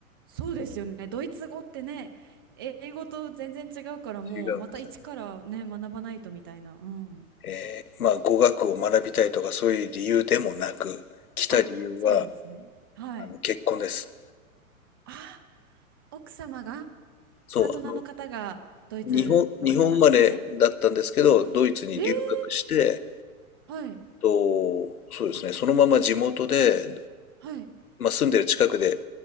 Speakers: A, on the right (about 20°); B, on the left (about 85°).
A: そうですよね。ドイツ語ってね、英語と全然違うから、もうまた一からね、
B: 違うんですね。
A: 学ばないとみたいな。うん。
B: えーまあ、語学を学びたいとかそういう理由でもなく、来た理由は、
A: あ、そうなんですね。はい。
B: あの、結婚です。
A: あ、奥様が。
B: そう、
A: パートナーの方がドイツの方なんですね。
B: あの、日本、日本生まれだったんですけど、ドイツに留学して、
A: えーはい。
B: と、そうですね、そのまま地元で、
A: はい。
B: まあ、住んでる近くで、